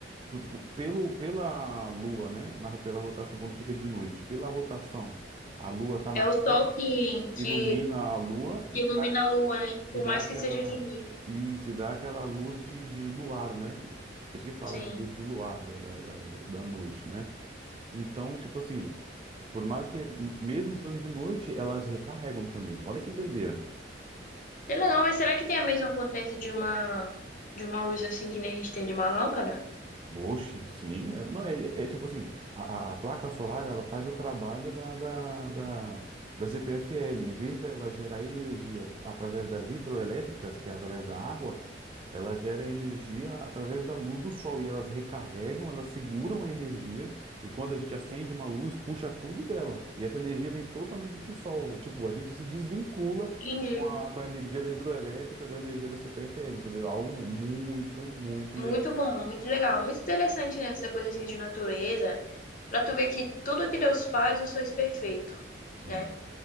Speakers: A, on the right; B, on the left.
A: p- Pelo, pela lua, né? Na, pela rotação, quando fica de noite, pela rotação, a lua tá na
B: É o
A: frente,
B: sol que,
A: ilumina
B: que,
A: a lua e
B: que ilumina
A: tá
B: a lua, né?
A: e
B: Por
A: dá
B: mais
A: aquela.
B: que seja de noite,
A: Isso, e dá aquela luz de, de luar, né? Por isso que fala
B: sim.
A: de luz do luar, da, da, da, da- da noite, né? Então, tipo assim, por mais que, mesmo estando de noite, elas recarregam também. Olha que doideira.
B: É legal, mas será que tem a mesma potência de uma de uma luz assim que nem a gente tem de uma lâmpada?
A: Oxe, sim. É- Não, é, é é tipo assim, a, a- a placa solar, ela faz o trabalho da, da, da, da CPFL. Em vez dela gerar energia através das hidroelétricas, que é através da água, ela gera energia através da luz do sol. E elas recarregam, elas seguram a energia. E quando a gente acende uma luz, puxa tudo dela. E essa energia vem totalmente do sol. Tipo, a gente se desvincula
B: Entendi.
A: com a, com a energia da hidroelétrica, com a energia da CPFL, entendeu? É Algo muito, muito interessante.
B: Muito bom, muito legal, muito interessante, né? Essa coisa assim de natureza, pra tu ver que tudo que Deus faz, eu sou perfeito,
A: Sim.
B: né?